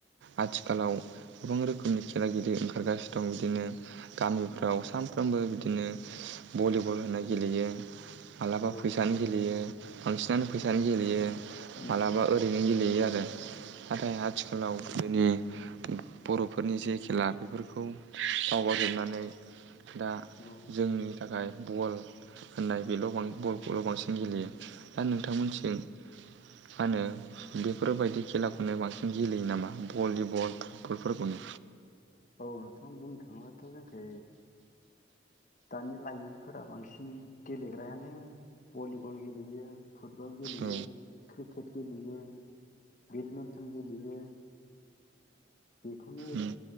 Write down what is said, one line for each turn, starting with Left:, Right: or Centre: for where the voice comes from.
Right: आथिखालाव गोबां रोखोमनि खेला गेले ओंखारगासिनो दं इदिनो गामिफ्राव
Left: उम
Right: सानफ्रोमबो बिदिनो भलिबल बल होनाय गेलेयो माब्लाबा
Left: औ
Right: फैसानि गेलेयो बांसिनानो
Left: उम
Right: फैसानि गेलेयो
Left: उम
Right: मालाबा ओरैनो गेलेयो गेलेयो आरो नाथाय आथिखालाव गोदोनि बर'फोरनि जे खेला बेफोरखौ बावगारजोबनानै दा
Left: औ
Right: जोंनि थाखाय बल होननाय बेल' बांसिन बल खौल' बांसिन गेलेयो दा नोंथांमोनथिं
Left: उम,
Right: मा होनो बेफोरबायदि खेलाखौनो बांसिन गेलेयो नामा भलिबल फुटबलफोरखौनो?
Left: औ नोंथाङा बुंनो थाङोब्लाथ' जोंखि दानि लाइमोन फोरा बांसिन गेलेदो प्रायानो बलिबल गेलेयो फुटबल गेलेयो
Right: औ
Left: क्रिकेट गेलेयो लेयो बेडमिन्टन गेलेयो बेखौनो
Right: उम